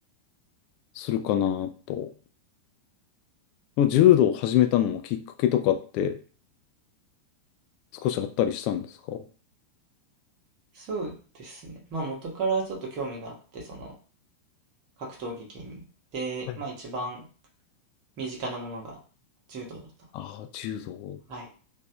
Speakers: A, on the left; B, on the right.
A: するかなと。でも柔道を始めたのもきっかけとかって少しあったりしたんですか
B: そうですね、まあ元からちょっと興味があって、その格闘技系に。で、
A: はい
B: まあ一番身近なものが柔道だったの
A: ああ、柔道。
B: で、はい、